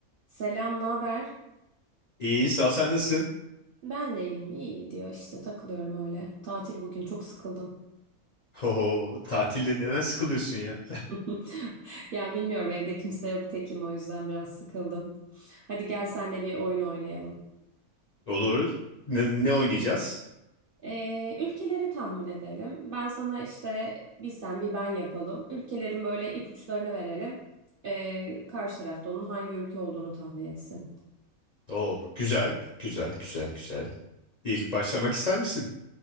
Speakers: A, on the right; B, on the left.
A: Selam, ne haber?
B: İyi, sağ ol, sen nasılsın?
A: Ben de iyiyim. iyi gidiyor işte takılıyorum öyle. Tatil bugün çok sıkıldım.
B: Oho, tatilde neden sıkılıyorsun ya?
A: <laughs> Ya bilmiyorum evde kimse yok tekim o yüzden biraz sıkıldım. Hadi gel senle bir oyun oynayalım.
B: Olur. Ne, ne oynayacağız?
A: Ee, ülkeleri tahmin edelim. Ben sana işte bir sen bir ben yapalım. Ülkelerin böyle ipuçlarını verelim. Ee, karşı tarafta onun hangi ülke olduğunu tahmin etsin.
B: Oo, güzel, güzel, güzel, güzel. İlk başlamak ister misin?